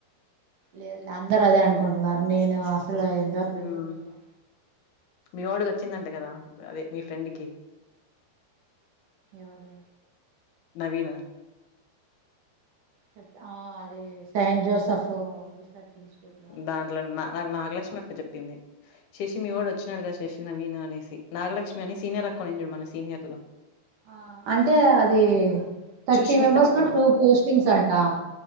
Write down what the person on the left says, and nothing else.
హ్మ్
మీ వాడికి వచ్చిందంట కదా అదే మీ ఫ్రెండ్కి
నవీన
దాంట్లో నా నాక్ నాగలక్ష్మి అక్క చెప్పింది చశి మీ వాడు వచ్చాడుగాద శశి నవీను అనేసి నాగలక్ష్మి అని సీనియర్ అ కొనించాడు మన సీనియర్ లో
సుష్మిత.
పక్కన.